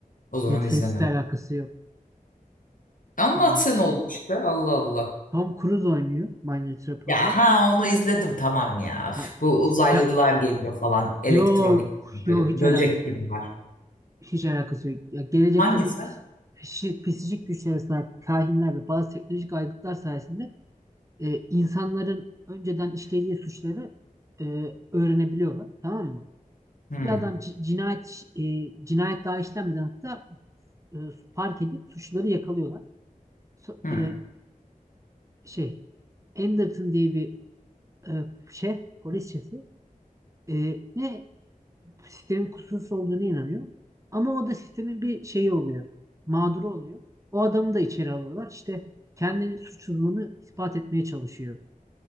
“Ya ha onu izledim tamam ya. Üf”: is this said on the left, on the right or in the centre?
Left